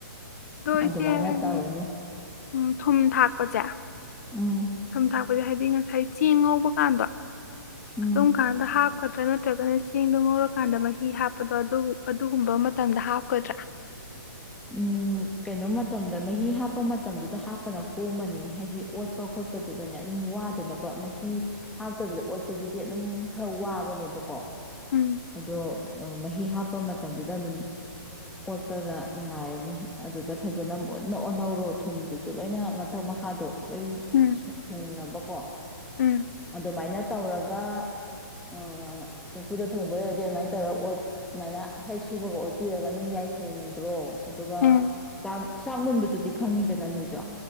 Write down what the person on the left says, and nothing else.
ꯑꯗꯣ
ꯏꯆꯦ ꯍꯥꯏꯗꯤ
ꯎꯝ ꯊꯨꯝ ꯊꯥꯛꯄꯁꯦ
ꯊꯨꯝ ꯊꯥꯛꯄꯁꯦ ꯍꯥꯏꯗꯤ ꯉꯁꯥꯏ ꯆꯦꯡ ꯉꯧꯕ ꯀꯥꯟꯗ
ꯑꯗꯨꯝ ꯀꯥꯟꯗ ꯍꯥꯞꯀ ꯇ꯭ꯔ ꯅꯠꯇ꯭ꯔꯒꯅ ꯆꯦꯡꯗꯣ ꯉꯧꯔꯀꯥꯟꯗ ꯃꯍꯤ ꯍꯥꯞꯄꯒ ꯑꯗꯨ ꯑꯗꯨꯒꯨꯝꯕ ꯃꯇꯝꯗ ꯍꯥꯞꯀꯗ꯭ꯔ
ꯎꯝ
ꯎꯝ
ꯎꯝ
ꯎꯝ